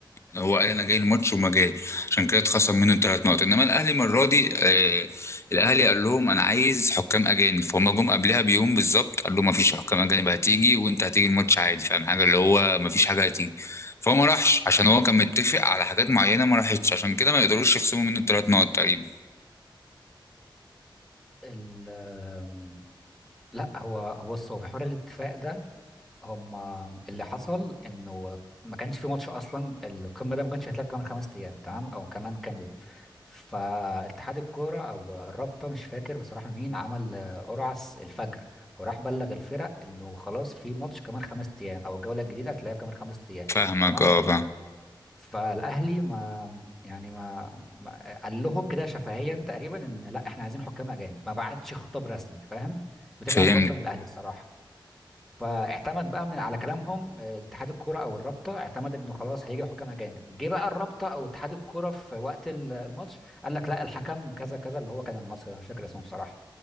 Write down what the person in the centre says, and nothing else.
ال آم، لا هو بص هو في حوار الاتفاق ده هم اللي حصل انه ما كانش في ماتش اصلا القمه ده ما كانش هيتلعب كمان خمس ايام تمام او كمان كام يوم فاتحاد الكوره او الرابطه مش فاكر بصراحه مين عمل آه، قرعه الس- الفجر وراح بلغ الفرق انه خلاص في ماتش كمان خمس ايام او الجوله الجديده هتتلعب كمان خمس ايام
تمام
فالاهلي ما يعني ما, ما قال لهم كده شفهيا تقريبا ان لا احنا عايزين حكام اجانب ما بعتش خطاب رسمي فاهم ودي
كانت غلطه من الاهلي بصراحه فاعتمد بقى من على كلامهم آه، اتحاد الكوره او الرابطه اعتمد انه خلاص هيجي حكام اجانب جه بقى الرابطه او اتحاد الكوره في وقت ال- الماتش قال لك لا الحكم كذا كذا اللي هو كان المصري انا مش فاكر اسمه بصراحه